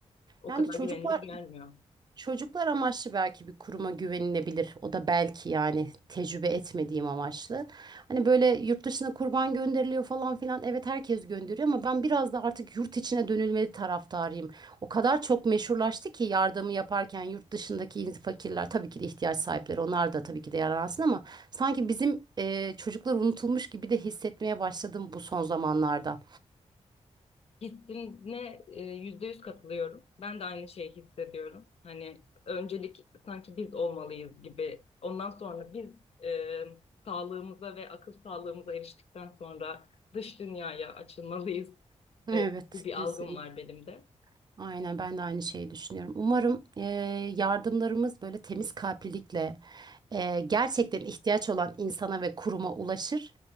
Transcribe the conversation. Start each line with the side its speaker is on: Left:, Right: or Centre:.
Left: O
Right: Yani
Left: kadar
Right: çocuklar
Left: güvenilir gelmiyor.
Right: Çocuklar amaçlı belki bir kuruma güvenilebilir. O da belki yani tecrübe etmediğim amaçlı. Hani böyle yurt dışına kurban gönderiliyor falan filan. Evet herkes gönderiyor ama ben biraz da artık yurt içine dönülmeli taraftarıyım. O kadar çok meşhurlaştı ki yardımı yaparken yurt dışındaki fakirler tabii ki de ihtiyaç sahipleri onlar da tabii ki de yararlansın ama sanki bizim e, çocuklar unutulmuş gibi de hissetmeye başladım bu son zamanlarda.
Left: Hissine e, yüzde yüz katılıyorum. Ben de aynı şeyi hissediyorum. Hani öncelik sanki biz olmalıyız gibi. Ondan sonra biz e, sağlığımıza ve akıl sağlığımıza eriştikten sonra dış dünyaya açılmalıyız
Right: Evet,
Left: e, gibi bir
Right: kesin.
Left: algım var benim de.
Right: Aynen ben de aynı şeyi düşünüyorum. Umarım e, yardımlarımız böyle temiz kalplilikle e, gerçekten ihtiyaç olan insana ve kuruma ulaşır.